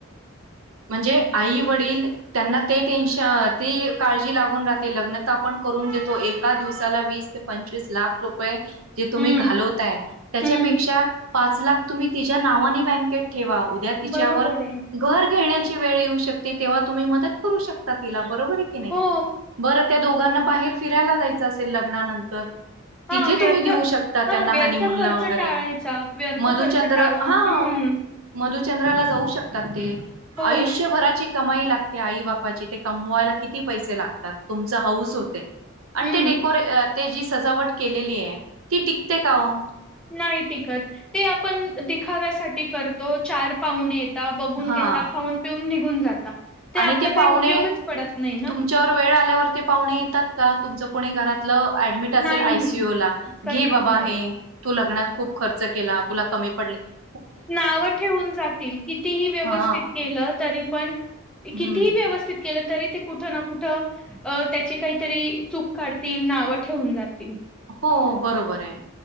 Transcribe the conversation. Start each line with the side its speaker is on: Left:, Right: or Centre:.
Right: म्हणजे आई वडील त्यांना ते टेन्शन ती काळजी लागून राहते लग्न तर आपण देतो एका दिवसाला वीस ते पंचवीस लाख रुपये जे तुम्ही
Centre: हम्म
Right: घालवताय त्याच्या
Centre: हम्म
Right: पेक्षा, पाच लाख तुम्ही तिचृ ठेवा, उद्या तिच्यावर
Centre: बरोबर आहे.
Right: घर घेण्याची वेळ येऊ शकते,, तेव्हा तुम्ही मदत करू शकता तिलाऽऽ बरोबर आहे की नाही,
Centre: हो
Right: बरं त्या दोघांना बाहेर फिरायला जायचं असेल लग्नानंतरऽऽ
Centre: हा
Right: तिथे
Centre: व्यर्थ
Right: तुम्ही देऊ शकता,,
Centre: हा
Right: त्यांना
Centre: व्यर्थ
Right: हनीमुनला
Centre: खर्च
Right: वगैरे
Centre: टाळायचा व्यर्थ
Right: मधुचंद्र
Centre: खर्च टाळून
Right: हा.
Centre: हम्म
Right: मधुचंद्राला जाऊ शकतात ते,
Centre: हो.
Right: आयुष्यभराचीऽऽ कमाई लागते आई बापाची ते कमवायला किती पैसे लागतात तुमच हाऊस होतेऽऽ आणि
Centre: हम्म.
Right: ते डेकोरे ते जी सजावट केलेली आहे ती टिकते का ओ?
Centre: नाही टिकत, ते आपण दिखाव्यासाठी करतो चार पावणेऽऽ, ता, बघून
Right: हा
Centre: घेता, खाऊन, पिऊन निघून जाता.
Right: आणि
Centre: आपला
Right: ते
Centre: काही
Right: पाहुणे,
Centre: उपयोगच पडत नाही ना.
Right: तुमच्यावर वेळ आल्यावर ते पाहुणे येतात का? तुमचं कोणी घरातऽऽ अॅडमीट असेल
Centre: नाही.
Right: आय सीू यू ला,
Centre: कधीच
Right: घे बाबा
Centre: नाही.
Right: हे, तु लग्नात खुप खर्चऽऽ केला, तुला कमी पडलेऽऽ
Centre: नावं ठेूवून जातील, कितीही व्यवस्थीत
Right: हा
Centre: केलं तरीऽऽ, पण,
Right: हम्म
Centre: कितीही व्यवस्थित केऽऽ तरी ते कुठं ना कुठं अ त्याची काहीतरी चूक काढतील,, नावं ठेवून जातील..
Right: हो, बरोबर ओ.